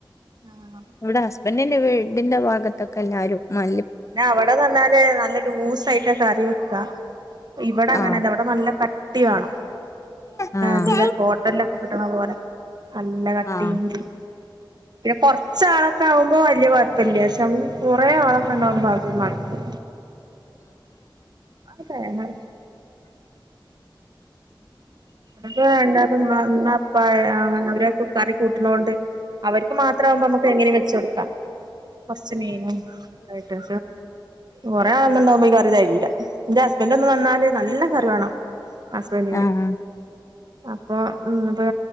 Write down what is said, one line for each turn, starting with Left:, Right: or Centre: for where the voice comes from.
Right: ആഹ്
Left: ഇവിടെ ഹസ്ബന്റീന്റെ വീടിന്റെ ഭാഗത്തൊക്കെ എല്ലാവാരും മ.
Right: പിന്നെ അവിടെ തന്നാല് നല്ല ലൂസയിട്ട കറി വെക്കാ. ഇവടെങ്ങനല്ല
Left: ആഹ്
Right: ഇവിടെ നല്ല കട്ടി കട്ടി വാണം
Left: ആഹ്
Right: ഇതില ഹോട്ടലൊക്കെ കിട്ടിണ പോലെ. നല്ല കട്ടീല്
Left: ആഹ് ആഹ്
Right: പിന്നെ കുറച്ചാളൊക്കെ ആകുമ്പോ വല്ല്യ കൊയപ്പല്ല പക്ഷെ. ഒറേ ആളക്കെണ്ടാവുമ്പോ അത് നടക്കൂല അതാണ് അപ്പോ വണ്ടപ്പ മ്മ പ്പ അവരക്കെ കറി കൂട്ടുണോണ്ട് അവർക്ക് മാത്രം ആകുമ്പോ നമുക്ക്‌ എങ്ങനും വെച്ചടുക്കാം കുറച്ച് മീനും ആയിട്ട്ക്കെ കൊറെേ ആളന്നുണ്ടാകുമ്പോ ഈ കറി തകീല്ല എന്റെ ഹസ്ബന്റ് ഒന്ന് വന്നാല് നല്ല കറി വേണം ഹസ്ബന്റിന്
Left: ആഹ് ആഹ്
Right: അപ്പൊ ഉം ഇ